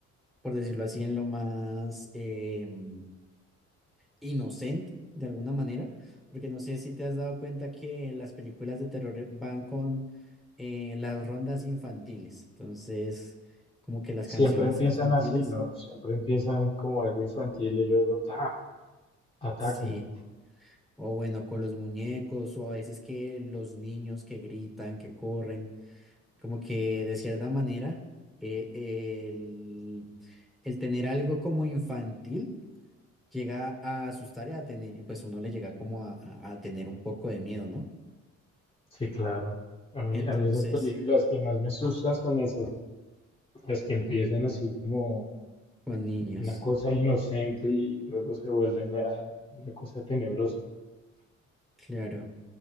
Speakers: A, in the centre; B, on the left.
A: por decirlo así, en lo más, em, inocente de alguna manera, porque no sé si te has dado cuenta que las películas de terror eh, van con eh, las rondas infantiles, entonces como que las
B: Siempre
A: canciones
B: empiezan
A: infantiles,
B: así, ¿no? Siempre empiezan como algo infantil y luego ta, atacan.
A: sí, o bueno, con los muñecos o a veces que los niños que gritan, que corren, como que de cierta manera eh, el, el tener algo como infantil. llega a asustar y a tener, pues uno le llega como a a- a tener un poco de miedo, ¿no?
B: Sí, claro. A mí,
A: Entonces,
B: a mí esas películas, las que más me asustan son esas, las que empiezan así como
A: Con niños,
B: una cosa inocente y luego se vuelven ya una cosa tenebrosa.
A: claro.